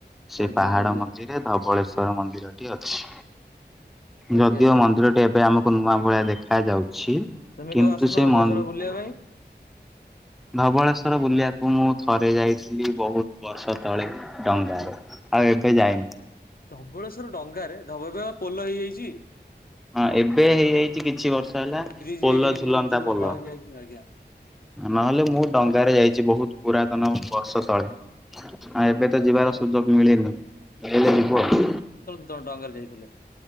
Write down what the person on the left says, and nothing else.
ଆଜ୍ଞା
ଆଜ୍ଞା
ଆଜ୍ଞା
ଆଜ୍ଞା
ତମେ
କେବେ ଆସୁନ
ଧବଳେଶ୍ୱର
ବୁଲିବା ପାଇଁ
ଧବଳେଶ୍ଵର ଡଙ୍ଗାରେ ଧବଳେଶ୍ଵର ପୋଲ ହେଇଯାଇଛି।
ବ୍ରିଜ
ହେଇଯାଇଛି
ଯୋଉ
ଆଜ୍ଞା ଆଜ୍ଞା ଆଜ୍ଞା।
ଆଜ୍ଞା
ଆଜ୍ଞା
ତ ଡଙ୍ଗାରେ ଯାଇଥିଲେ।